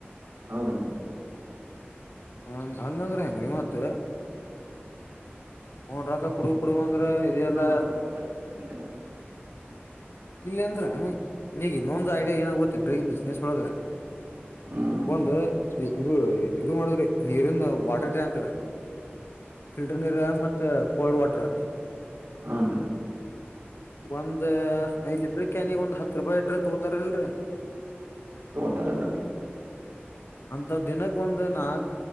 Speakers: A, on the right; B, on the left.
A: ಹೌದ್ರಮ್ಮಂತ
B: ಹ ನನ್ನಂದ್ರ ಹೆಂಗ್ರಿ ಮತ್ತ ಹನ್ ರಕ್ಕ ಕುಡು ಕುಡ ಅಂದ್ರ ಇಲ್ಲ
A: ಏನು ಮಾಡಕ್ ಬರಲ್ಲ ಈಗ
B: ಇಲ್ಲ ಅಂದ್ರ ಈಗ ಇನ್ನೊಂದು ಐಡಿಯಾ ಏನ ಗೊತ್ತೇನ್ ಈಗ ಬಿಸ್ನೆಸ್ ಒಳಗ
A: ಹ್ಮ್
B: ಒಂದ ಇದು ಇದು ಮಾಡುದ್ರಿ ನೀರನ್ನು ವಾಟರ್ ಟ್ಯಾಂಕ್ ಫಿಲ್ಟರ್ ನೀರ್ ಮತ್ತೆ ಕೋಲ್ಡ್ ವಾಟರ್
A: ಹನ್
B: ಒಂದ್ ಐದ್ ಲೀಟ್ರ ಕ್ಯನಗ ಒಂದ್ ಹತ್ ರೂಪಾಯಿ ಲಿಟ್ರ ತೊಗತಾರಲ್ರರಿ
A: ತಗೋತಾರಲ್ರರಿ
B: ಅಂತ ದಿನಕ್ಕೆ ಒಂದ ನಾಕು